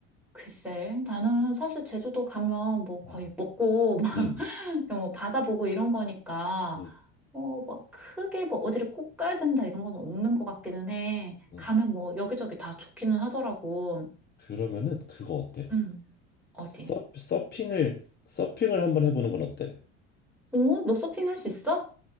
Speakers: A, in the centre; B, on the left.
A: 글쎄, 나는 사실 제주도 가면 뭐 거의
B: 응,
A: 먹고, <laughs> 막,
B: 응,
A: 그냥 뭐 바다 보고 이런 거니까,
B: 응.
A: 어, 막 크게 뭐 어디를 꼭 가야 된다 이런 건 없는 것 같기는 해.
B: 어.
A: 가면 뭐 여기저기 다 좋기는 하더라고.
B: 그러면은 그거 어때?
A: 응 어디?
B: 서, 서핑을 서핑을 한번 해보는 건 어때?
A: 어? 너 서핑 할 수 있어?